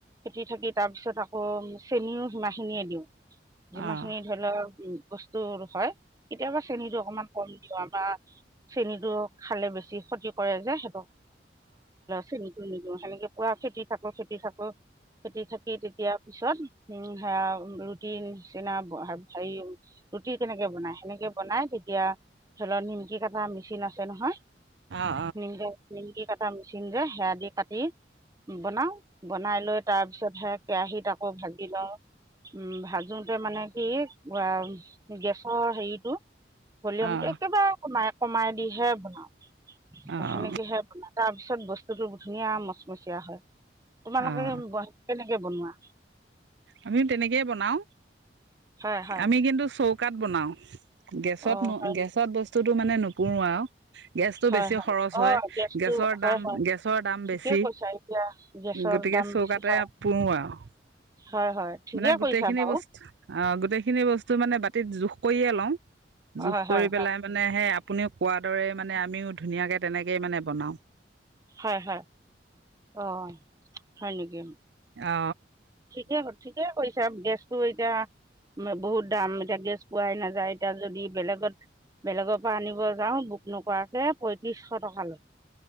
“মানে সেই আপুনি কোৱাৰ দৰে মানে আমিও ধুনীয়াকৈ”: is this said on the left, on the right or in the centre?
Right